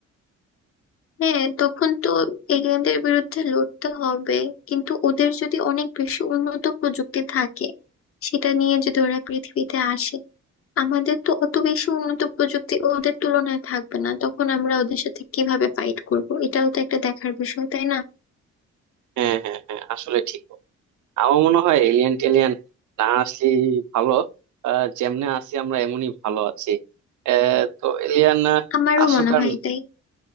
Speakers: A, on the left (about 45°); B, on the right (about 75°).
A: হ্যাঁ তখন তো এলিয়েনদের বিরুদ্ধে লড়তে হবে কিন্তু ওদের যদি অনেক বেশি উন্নত প্রযুক্তি থাকে সেটা নিয়ে যদি ওরা পৃথিবীতে আসে আমাদের তো অত বেশি উন্নত প্রযুক্তি ওদের তুলনায় থাকবে না তখন আমরা ওদের সাথে কিভাবে ফাইট করব এটাও তো একটা দেখার বিষয় তাই না
B: হ্যাঁ হ্যাঁ হ্যাঁ আসলে ঠিক আমার মনে হয় এলিয়েন টেলিয়েন না আসলে ভালো আহ, যেমনে আছি আমরা এমনই ভালো আছি আহ, তো এলিয়েন
A: আমারও
B: আসুক
A: মনে
B: আর
A: হয় তাই